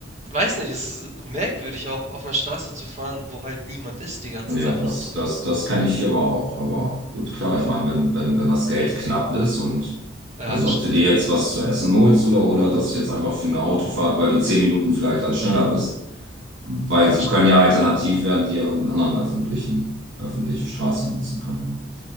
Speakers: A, on the right (about 35°); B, on the right (about 70°).
A: weiß nicht, es ist merkwürdig, auch auf einer Straße zu fahren, wo halt niemand ist die ganze
B: Ja,
A: Zeit auf
B: das,
A: einer Autobahn.
B: das, das kann ich hier aber auch. Aber gut, klar, ich meine, wenn, wenn, wenn das Geld knapp ist und
A: Ja,
B: also
A: das
B: ob
A: stimmt.
B: du dir jetzt was zu essen holst oder, oder das jetzt einfach für eine Autofahrt, weil du zehn Minuten vielleicht dann schneller bist. Weil
A: Das
B: sie
A: stimmt.
B: können ja alternativ werden, die ja irgendeinen anderen öffentlichen, öffentliche Straße nutzen können.